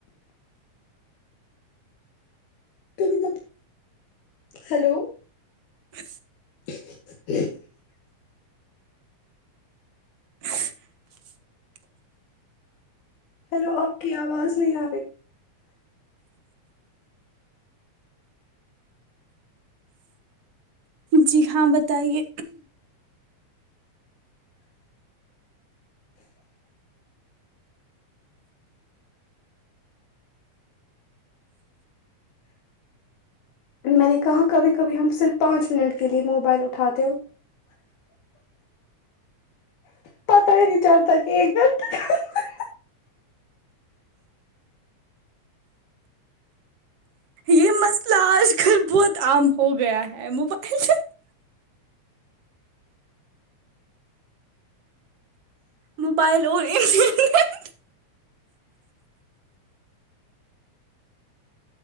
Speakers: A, on the left; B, on the right.
A: کبھی کبھی ہیلو
B: ہہ
A: <inaudible>
B: <inaudible>
A: ہیلو آپ کی آواز نہیں آ رہی
B: جی ہاں بتائیے
A: میں نے کہا کبھی کبھی ہم صرف پانچ منٹ کے لیے موبائل اٹھاتے ہو پتہ ہی نہیں چلتا ایک گھنٹہ کہاں
B: یہ مست اج کل بہت عام ہو گیا ہے موبائل موبائل اور انٹرنیٹ